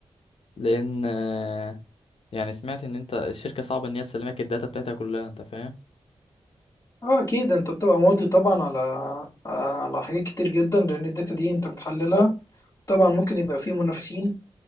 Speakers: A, on the left; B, on the left.
A: لان آه، يعني سمعت ان انت الشركة صعب ان هي تسلمك الداتا بتاعتها كلها انت فاهم؟
B: أه أكيد أنت بتبقى ماضي طبعا على على حاجات كتير جدا لأن الداتا دي أنت بتحللها طبعا ممكن يبقى فيه منافسين